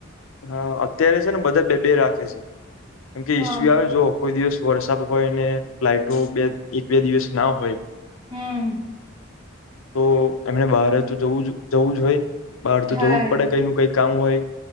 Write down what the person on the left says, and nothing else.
હા અત્યારે છે ને બધા બે-બે રાખે છે કેમકે ઈસ્યુ
આવે જોઓ કોઈ દિવસ વરસાદ હોય ને ફ્લાઇટો બે એક બે દિવસ ના હોય
તો એમને બહર જ તો જવું જ જવું જ હોય બહાર તો
જવું જ પડે કઈ નું કઈ કામ હોય.